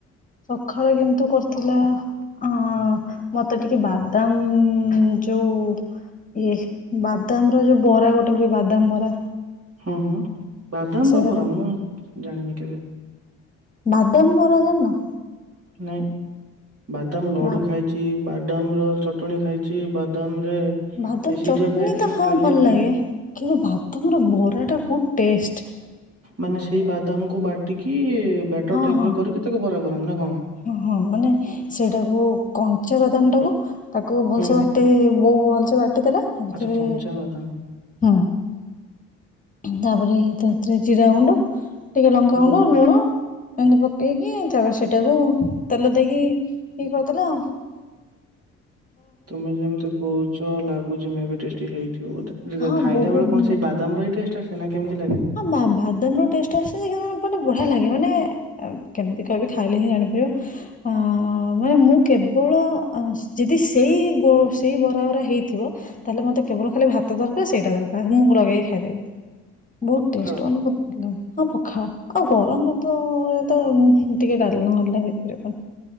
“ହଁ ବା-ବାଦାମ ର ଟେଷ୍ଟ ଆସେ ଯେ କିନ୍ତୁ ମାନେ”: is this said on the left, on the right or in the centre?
Left